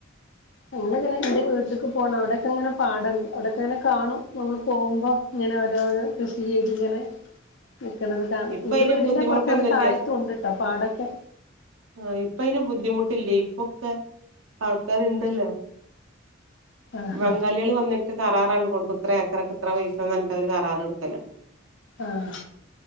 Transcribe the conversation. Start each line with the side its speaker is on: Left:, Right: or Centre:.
Left: ഞങ്ങൾ ഇങ്ങനെ എന്റെ വീട്ടിക്ക് പോണ അവിടൊക്കെങ്ങനെ പാടണ്ട് അവിടെക്കെങ്ങനെ കാണും നമ്മള് പോഉമ്പോ ഇങ്ങനെ ഓരോന്ന് കൃഷി ചെയ്ത് ഇങ്ങനെ നിക്കണത് കാണ
Right: ഇപ്പൊ
Left: ന്റെ
Right: അയിന്
Left: വീടിന്റെ
Right: ബുദ്ധിമുട്ടൊന്നുല്ല
Left: കുറച്ചട താഴത്തും ഉണ്ട് ട്ടോ പാടൊക്കെ
Right: ആഹ് ഇപ്പ അയ്ന് ബുദ്ധിമുട്ടില്ലേയ് ഇപ്പൊക്കെ ആൾക്കാരുണ്ടല്ലോ <inaudible>
Left: ആഹ്
Right: ബംഗാളികൾ വന്നിട്ട് കറാറാണ്ട് കൊടുക്കും ഇത്ര ഏക്കറക്ക് ഇത്ര പൈസ പറഞ്ഞിട്ടാ കരാറട്ക്കല
Left: ആഹ്